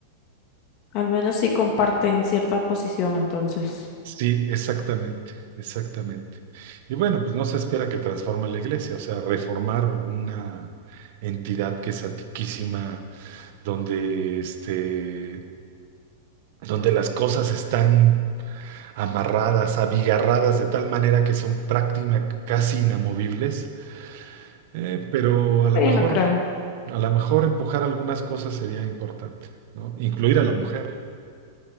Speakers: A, on the left (about 45°); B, on the right (about 60°).
A: Al menos sí comparten cierta posición, entonces.
B: Sí, exactamente, exactamente. Y bueno, pues no se espera que transforme la iglesia, o sea, reformar una entidad que es antiquísima, donde este, donde las cosas están amarradas, abigarradas de tal manera que son prácticamente casi inamovibles. Eh, pero a lo
A: Sí,
B: mejor,
A: no creo.
B: a lo mejor empujar algunas cosas sería importante, ¿no? Incluir a la mujer,